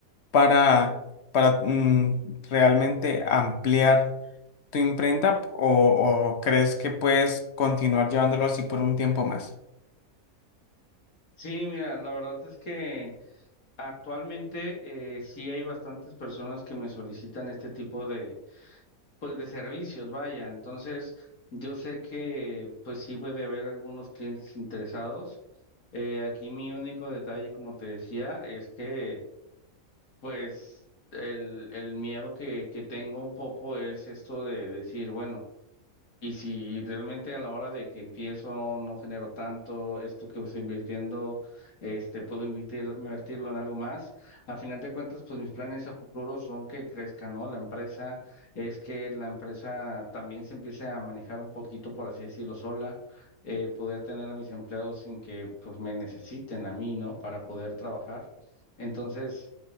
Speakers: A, on the left (about 55°); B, on the left (about 75°).
A: para, para mm, realmente ampliar tu imprenta o o crees que puedes continuar llevándolo así por un tiempo más?
B: Sí, mira, la verdad es que actualmente eh, sí hay bastantes personas que me solicitan este tipo de pues de servicios, vaya. Entonces, yo sé que pues sí puede haber algunos clientes interesados. Eh, aquí mi único detalle, como te decía, es que pues el, el miedo que, que tengo un poco es esto de decir, bueno, y si realmente a la hora de que empiezo no genero tanto, esto que estoy invirtiendo, este, puedo invertir, invertirlo en algo más. A final de cuentas, pues mis planes a futuro son que crezca, ¿no? La empresa es que la empresa también se empiece a manejar un poquito, por así decirlo, sola, eh, poder tener a mis empleados sin que pues me necesiten a mí, ¿no? Para poder trabajar. Entonces,